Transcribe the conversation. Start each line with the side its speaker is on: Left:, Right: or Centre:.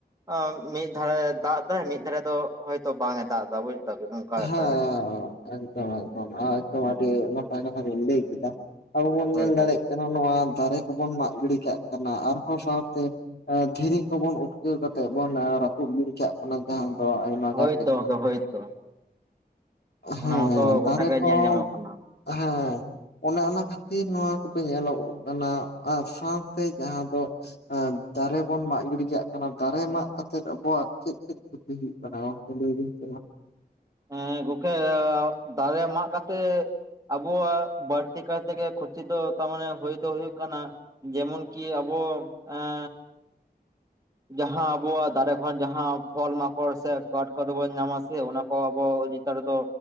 Right: ᱮ ᱢᱤᱫ ᱫᱷᱟᱨᱮ ᱫᱟᱜ ᱫᱟᱭ ᱢᱤᱫ ᱫᱷᱟᱨᱮ ᱫᱚ ᱦᱚᱭᱛᱚ ᱵᱟᱝ ᱮ ᱫᱟᱜ ᱮᱫᱟ ᱵᱩᱡ᱾ ᱫᱟᱵᱤᱱ ᱱᱚᱝᱠᱟ ᱵᱮᱯᱟᱨ
Left: ᱦᱮᱸ
Right: ᱢᱤᱫᱴᱟᱝ
Left: ᱮᱠᱚᱫᱚᱢ ᱮᱠᱚᱫᱚᱢ ᱟᱫᱚ ᱟᱹᱰᱤ ᱱᱟᱯᱟᱭ ᱠᱟᱛᱷᱟ ᱵᱮᱱ ᱞᱟᱹᱭ ᱠᱮᱫᱟ ᱾ ᱟᱵᱚ ᱵᱚᱱ
Right: ᱦᱳᱭ
Left: ᱧᱮᱞ ᱫᱟᱲᱮᱜ
Right: ᱦᱳᱭ
Left: ᱠᱟᱱᱟ ᱱᱚᱣᱟ ᱫᱟᱨᱮ ᱠᱚᱵᱚᱱ ᱢᱟᱜ ᱜᱤᱰᱤ ᱠᱟᱜ ᱠᱟᱱᱟ ᱟᱨᱦᱚᱸ ᱥᱟᱶᱛᱮᱼᱼ ᱟᱼᱫᱷᱤᱨᱤ ᱠᱚᱵᱚᱱ ᱩᱴᱠᱟᱹᱣ ᱠᱟᱛᱮᱜ ᱵᱚᱱ ᱨᱟᱹᱯᱩᱫ ᱜᱤᱰᱤ ᱠᱟᱜ ᱠᱟᱱᱟ ᱡᱟᱦᱟᱸ ᱫᱚ ᱟᱭᱢᱟ ᱜᱟᱱ
Right: ᱦᱳᱭᱛᱚ
Left: ᱦᱩᱭ ᱠᱚᱜᱼᱟ᱾
Right: ᱜᱚᱝᱠᱮ ᱦᱳᱭᱛᱚ
Left: ᱦᱮᱸ
Right: ᱚᱱᱟ ᱢᱟᱛᱚ
Left: ᱛᱟᱦᱟᱨᱮ
Right: ᱜᱚᱴᱟ ᱜᱮ
Left: ᱠᱚᱢ
Right: ᱧᱮᱞ ᱧᱟᱢᱚᱜ ᱠᱟᱱᱟ
Left: ᱦᱮᱸ ᱚᱱᱮ ᱚᱱᱟ ᱠᱷᱟᱹᱛᱤᱨ ᱱᱚᱣᱟ ᱠᱚᱫᱚ ᱧᱮᱞᱚᱜ ᱠᱟᱱᱟ ᱟᱨ ᱥᱟᱶᱛᱮ ᱡᱟᱦᱟᱸ ᱫᱚᱼᱼ ᱫᱟᱨᱮ ᱵᱚᱱ ᱢᱟᱜ ᱜᱤᱰᱤ ᱠᱟᱜ ᱠᱟᱱᱟ ᱫᱟᱨᱮ ᱢᱟᱜ ᱠᱟᱛᱮᱜ ᱟᱵᱚᱣᱟᱜ ᱪᱮᱫ ᱪᱮᱫ <unintelligible> ᱠᱷᱩᱚᱛᱤ ᱦᱩᱭᱩᱜ ᱠᱟᱱᱟ ᱞᱟᱹᱭ ᱪ
Right: ᱮᱸ ᱜᱚᱝᱠᱮ ᱫᱟᱨᱮ ᱢᱟᱜ ᱠᱟᱛᱮ ᱟᱵᱚᱣᱟᱜ ᱵᱟᱹᱲᱛᱤ ᱠᱟᱭᱛᱮᱜᱮ ᱠᱷᱚᱛᱤ ᱫᱚ ᱛᱟᱨᱢᱟᱱᱮ ᱦᱩᱭ ᱫᱚ ᱦᱩᱭᱩᱜ ᱠᱟᱱᱟ ᱡᱮᱢᱚᱱ ᱠᱤ ᱟᱵᱚ ᱟᱸ ᱡᱟᱦᱟᱸ ᱟᱵᱚᱣᱟᱜ ᱫᱟᱨᱮ ᱠᱷᱚᱱ ᱡᱟᱦᱟᱸ ᱯᱷᱚᱞ ᱢᱟᱠᱚᱲ ᱥᱮ ᱠᱟᱴ ᱠᱚᱫᱚ ᱵᱚᱱ ᱧᱟᱢᱟ ᱥᱮ ᱚᱱᱟᱠᱚ ᱟᱵᱚ ᱮᱛᱟᱨ ᱫᱚ